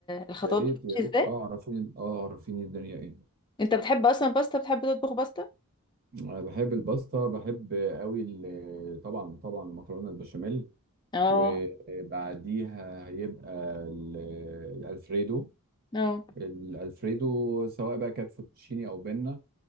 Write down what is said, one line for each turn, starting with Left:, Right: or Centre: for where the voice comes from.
Left: الخطوات
Right: يا ريت
Left: بتمشي
Right: يا ريت
Left: ازاي
Right: اه عرفيني اه عرفيني الدنيا ايه
Left: انت بتحب اصلا باستا بتحب تطبخ باستا
Right: انا بحب الباستا بحب قوي ال- طبعا طبعا المكرونه البشاميل
Left: اه
Right: وبعديها هيبقى ال- الالفريدو
Left: اه
Right: الالفريدو سواء بقى كانت فوتوتشيني او بينا